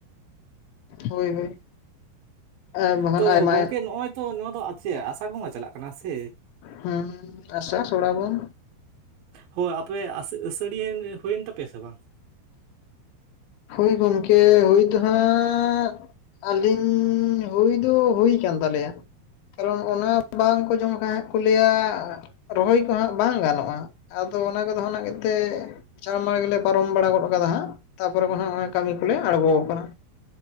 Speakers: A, on the left (about 80°); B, on the right (about 70°).
A: ᱦᱳᱭ ᱦᱳᱭ᱾ ᱟᱨ ᱵᱟᱠᱷᱟᱱ
B: ᱛᱚ
A: ᱟᱭᱢᱟ
B: ᱜᱚᱢᱠᱮ ᱱᱚᱜᱼᱚᱭ ᱛᱚ ᱱᱚᱣᱟ ᱫᱚ ᱪᱮᱫ ᱟᱥᱟᱲ ᱵᱚᱸᱜᱟ ᱪᱟᱞᱟᱜ ᱠᱟᱱᱟ ᱥᱮᱼᱼ
A: ᱦᱩᱸ ᱟᱥᱟᱲ ᱥᱨᱟᱵᱚᱱᱼᱼ
B: ᱦᱳᱭ ᱟᱯᱮ ᱟᱹᱥᱟᱹᱲᱤᱭᱟᱹ ᱦᱩᱭᱮᱱ ᱛᱟᱯᱮᱭᱟ ᱥᱮ ᱵᱟᱝ?
A: ᱦᱳᱭ ᱜᱚᱢᱠᱮ ᱦᱳᱭ ᱫᱚ ᱦᱟᱸᱜᱼᱼ ᱟᱹᱞᱤᱧ ᱦᱩᱭ ᱫᱚ ᱦᱩᱭ ᱠᱟᱱᱟᱱ ᱛᱟᱞᱮᱭᱟ᱾ ᱠᱟᱨᱚᱱ ᱚᱱᱟ ᱵᱟᱝᱠᱚ ᱡᱚᱢ ᱞᱮᱠᱷᱟᱱ ᱦᱟᱸᱜ ᱠᱚ ᱞᱟᱹᱭᱟᱼᱼ ᱨᱚᱦᱚᱭ ᱠᱚᱦᱟᱸᱜ ᱵᱟᱝ ᱜᱟᱱᱚᱜᱼᱟ ᱟᱫᱚ ᱚᱱᱟ ᱠᱚᱫᱚ ᱚᱱᱟ <unintelligible> ᱼᱼ ᱪᱟᱲ ᱢᱟᱲ ᱜᱮᱞᱮ ᱯᱟᱨᱚᱢ ᱵᱟᱲᱟ ᱜᱚᱫ ᱟᱠᱟᱫᱟ ᱦᱟᱸᱜᱼᱼ ᱠᱚᱨᱮ ᱠᱷᱚᱱ ᱦᱟᱜ ᱠᱟᱹᱢᱤ ᱠᱚᱞᱮ ᱟᱬᱜᱚ ᱠᱟᱱᱟ᱾